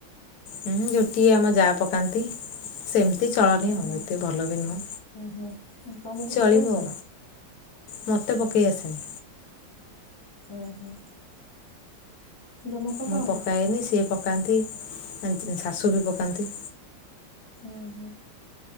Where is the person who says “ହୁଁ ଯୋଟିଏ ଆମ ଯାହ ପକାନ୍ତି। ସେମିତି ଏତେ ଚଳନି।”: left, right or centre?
Left